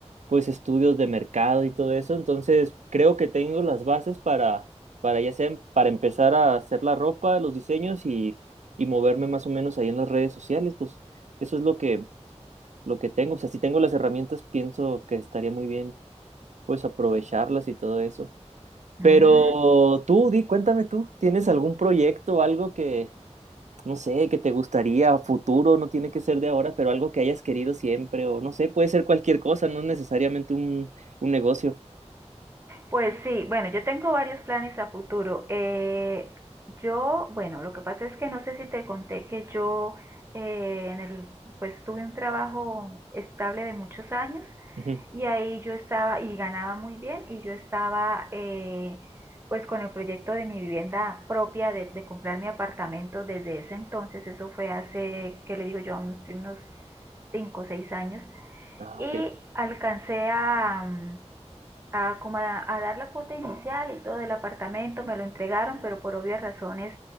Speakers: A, on the right (about 90°); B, on the right (about 20°).
A: pues, estudios de mercado y todo eso. Entonces, creo que tengo las bases para, para ya sea, para empezar a hacer la ropa, los diseños y, y moverme más o menos ahí en las redes sociales. Pues eso es lo que, lo que tengo. O sea, si tengo las herramientas, pienso que estaría muy bien, pues, aprovecharlas y todo eso.
B: Mm.
A: Pero tú, di, cuéntame tú, ¿tienes algún proyecto, algo que, no sé, que te gustaría a futuro, no tiene que ser de ahora, pero algo que hayas querido siempre, o no sé, puede ser cualquier cosa, no necesariamente un, un negocio.
B: Pues sí, bueno, yo tengo varios planes a futuro. Eh, yo, bueno, lo que pasa es que no sé si te conté que yo eh, en el, pues tuve un trabajo estable de muchos años
A: Ujú.
B: y ahí yo estaba y ganaba muy bien y yo estaba eh, pues con el proyecto de mi vivienda propia de, de comprar mi apartamento desde ese entonces, eso fue hace, ¿qué le digo yo? Un- sí, unos 5, o 6 años
A: Ah,
B: y
A: ok.
B: alcancé a, mm, a, como a, a dar la cuota inicial y todo del apartamento, me lo entregaron, pero por obvias razones